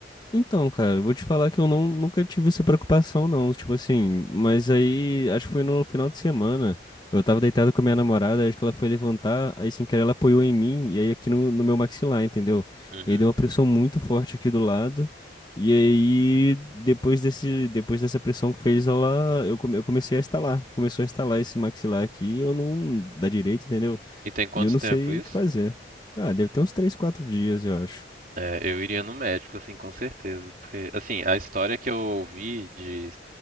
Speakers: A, on the left; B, on the right.
A: Então, cara, eu vou te falar que eu não, nunca tive essa preocupação, não. Tipo assim, mas aí, acho que foi no final de semana. Eu tava deitado com a minha namorada, acho que ela foi levantar, aí sem querer ela apoiou em mim, e aí aqui no, no meu maxilar, entendeu?
B: Uhum.
A: E aí deu uma pressão muito forte aqui do lado. E aí, depois desse, depois dessa pressão que fez, ela, eu, come- eu comecei a estalar. Começou a estalar esse maxilar aqui, e eu não, da direita, entendeu?
B: E tem quanto
A: E eu não
B: tempo
A: sei
B: isso?
A: o que fazer. Ah, deve ter uns 3, 4 dias, eu acho.
B: É, eu iria no médico, assim, com certeza. Porque, assim, a história que eu ouvi de